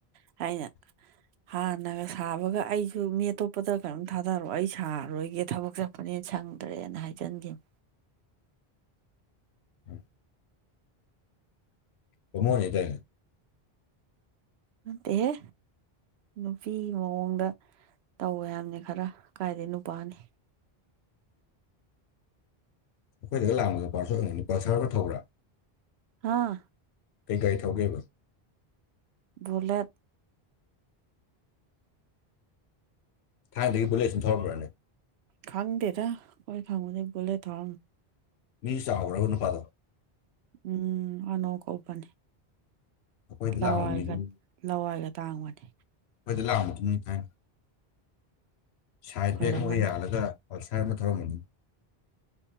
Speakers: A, on the right; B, on the left.
A: ꯍꯥꯏꯅ
B: <inaudible>
A: ꯍꯥꯟꯅꯒ ꯁꯥꯕꯒ ꯑꯩꯁꯨ ꯃꯤ ꯑꯇꯣꯞꯄꯗ ꯀꯔꯤꯝ ꯊꯥꯗꯔꯛꯑꯣ ꯑꯩ ꯁꯥꯔꯣꯏꯒꯦ ꯊꯕꯛꯁꯦ ꯐꯅ ꯁꯪꯗ꯭ꯔꯦꯅ ꯍꯥꯏꯖꯟꯈꯤꯕ
B: ꯎꯣꯏ ꯑꯣꯃꯣꯅꯤꯗ
A: ꯑꯠꯇꯍꯦ ꯅꯨꯄꯤ ꯃꯑꯣꯡꯗ ꯇꯧꯋꯦ ꯍꯥꯏꯕꯅꯤ ꯈꯔ ꯀꯥꯏꯗꯩ ꯅꯨꯄꯥꯅꯤ
B: ꯑꯩꯈꯣꯏꯒ ꯂꯥꯛꯝꯕꯗ ꯄꯔꯁꯜꯅꯤ ꯄꯔꯁꯔꯒ ꯊꯧꯕ꯭ꯔꯥ
A: ꯍꯥꯥ
B: ꯀꯩ ꯒꯥꯔꯤ ꯊꯧꯒꯦꯕ
A: ꯕꯂꯦꯠ
B: ꯊꯥꯏꯅꯗꯒꯤ ꯕꯨꯂꯦꯠꯟ ꯊꯧꯔꯛ꯭ꯔꯅꯤ
A: ꯈꯪꯗꯦꯗ ꯑꯩꯈꯣꯏ ꯈꯪꯕꯗꯥꯗꯤ ꯕꯨꯂꯦꯠ ꯊꯧꯔꯝꯃꯦ
B: ꯃꯤꯁꯨ ꯆꯥꯎꯔꯕ ꯅꯨꯄꯥꯗꯣ
A: ꯎꯝ ꯑꯅꯧ ꯀꯅꯤ
B: ꯑꯩꯈꯣꯏꯗ
A: ꯂꯑꯣꯒ
B: ꯂꯥꯛꯑꯝꯕ ꯃꯤꯗꯨꯅꯤ
A: ꯂꯋꯥꯏꯒ ꯇꯥꯡꯕꯅꯦ
B: ꯑꯩꯣꯏꯗ ꯂꯥꯛꯑꯕ ꯃꯇꯨꯡꯅꯤ ꯊꯥꯏꯅ ꯁꯥꯏꯠ
A: ꯑꯣꯏꯔꯝꯃꯅꯤ
B: ꯕꯦꯛ ꯑꯃꯒ ꯌꯥꯜꯂꯒ ꯄꯜꯁꯥꯔ ꯑꯃ ꯊꯧꯔꯝꯕꯅꯤ